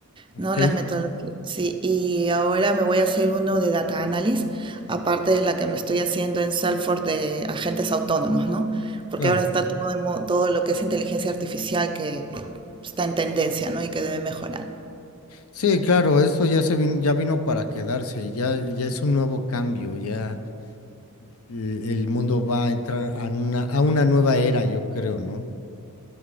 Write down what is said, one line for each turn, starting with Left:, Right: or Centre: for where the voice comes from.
Left: Ok,
Right: No, las metodologías. Sí, y ahora me voy a hacer uno de data analysis, aparte de la que me estoy haciendo en Salesforce de agentes autónomos, ¿no? Porque
Left: claro.
Right: ahora está todo, de mo- todo lo que es inteligencia artificial que eh, está en tendencia, ¿no? Y que debe mejorar.
Left: Sí, claro, eso ya se vin- ya vino para quedarse, ya, ya es un nuevo cambio, ya el, el mundo va a entrar a una, a una nueva era, yo creo, ¿no?